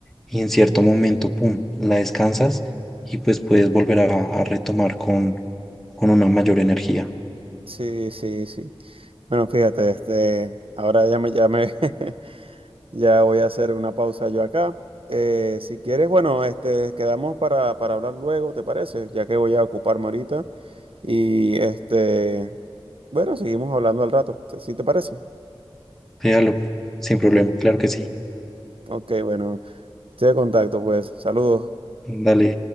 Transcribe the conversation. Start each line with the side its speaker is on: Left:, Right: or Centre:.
Centre: y en cierto momento, pum, la descansas y pues puedes volver a, a retomar con, con una mayor energía.
Right: Sí, sí, sí. Bueno, fíjate, este, ahora ya me, ya me, <laughs> ya voy a hacer una pausa yo acá. Eh, si quieres, bueno, este, quedamos para, para hablar luego, ¿te parece? Ya que voy a ocuparme ahorita. Y este, bueno, seguimos hablando al rato, ¿sí te parece?
Centre: Déjalo, sin problema, claro que sí.
Right: Ok, bueno. Estoy de contacto, pues. Saludos.
Centre: Dale.